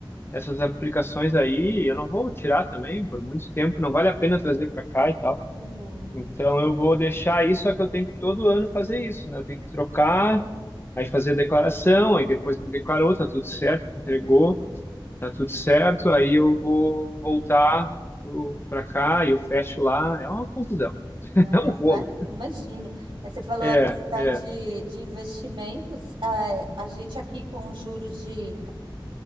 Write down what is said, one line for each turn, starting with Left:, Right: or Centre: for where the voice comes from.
Left: essas aplicações aí, e eu não vou tirar também por muito tempo, não vale a pena trazer para cá e tal.
Right: uhum.
Left: Então eu vou deixar isso, só que eu tenho que todo ano fazer isso, né? Eu tenho que trocar, aí fazer a declaração, aí depois que declarou, tá tudo certo, entregou, tá tudo certo, aí eu vou voltar para cá e eu fecho lá. É uma confusão, <laughs>
Right: É,
Left: é um rolo.
Right: ima- imagino. Mas você falou
Left: É,
Right: a questão
Left: é.
Right: de, de investimentos. É, a gente aqui com juros de